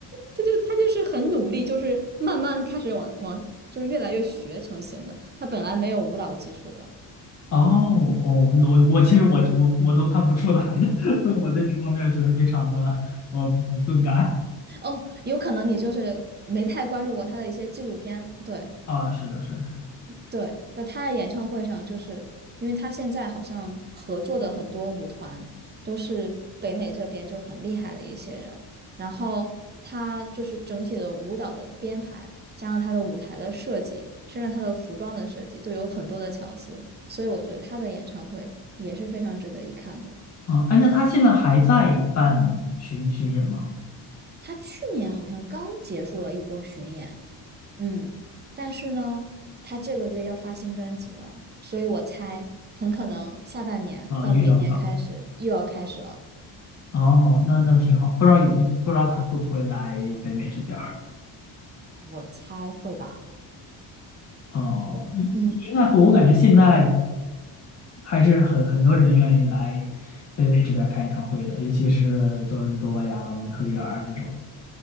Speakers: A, on the right; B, on the left.
A: 他就他就是很努力，就是慢慢开始往往就是越来越学成型的。他本来没有舞蹈基础的
B: 哦哦，我我其实我我我都看不出来的，<laughs> 我对这方面就是非常的呃钝感
A: 哦，有可能你就是没太关注过他的一些纪录片，对，
B: 啊，是的，是的，
A: 对，那他的演唱会上，就是因为他现在好像合作的很多舞团都是北美这边就很厉害的一些人，然后他就是整体的舞蹈的编排，加上他的舞台的设计，甚至他的服装的设计，都有很多的巧思，所以我觉得他的演唱会也是非常值得一看的。
B: 嗯，哎，那他现在还在办巡巡演吗？
A: 他去年好像刚结束了一波巡演，嗯，但是呢，他这个月要发新专辑了，所以我猜很可能下半年到明年开始又要开始了。
B: 啊，又要搞哦，那那挺好，不知道有没不知道他会不会来北美这边儿？
A: 我猜会吧。
B: 哦，
A: 我嗯，
B: 应应该会，我感觉现在。还是很很多人愿意来北美这边开演唱会的，尤其是多伦多呀、蒙特利尔这种。